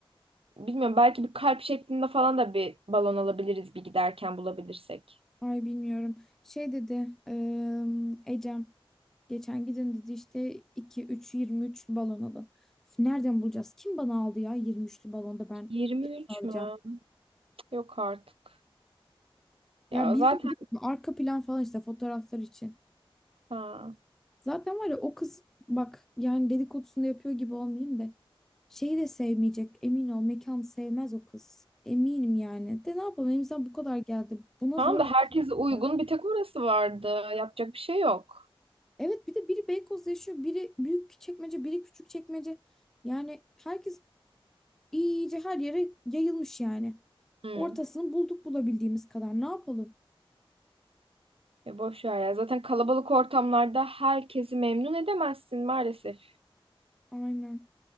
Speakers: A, on the right; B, in the centre.
A: bilmiyorum belki bir kalp şeklinde falan da bir balon alabiliriz bir giderken bulabilirsek.
B: ay bilmiyorum. Şey dedi e, Ecem geçen gidin dedi işte iki üç yirmi 23'lü balon alın. Üf, Nereden bulacağız? Kim bana aldı ya 23'lü balonda ben
A: 23
B: alacağım.
A: mü? Yok artık.
B: Ya
A: Ya
B: bildin
A: zaten
B: değil mi? Arka plan falan işte fotoğraflar için.
A: ha.
B: Zaten var ya o kız bak yani dedikodusunu yapıyor gibi olmayayım da şeyi de sevmeyecek emin ol mekan sevmez o kız. Eminim yani. De ne yapalım elimizden bu kadar geldi. Buna
A: Tamam
B: zor
A: da
B: yetiştik
A: herkese uygun
B: para.
A: bir tek orası vardı. Yapacak bir şey yok.
B: Evet bir de biri Beykoz'da yaşıyor biri büyük çekmece biri küçük çekmece. Yani herkes iyice her yere yayılmış yani.
A: Hmm.
B: Ortasını bulduk bulabildiğimiz kadar ne yapalım?
A: Ya boş ver ya. Zaten kalabalık ortamlarda herkesi memnun edemezsin maalesef.
B: Aynen.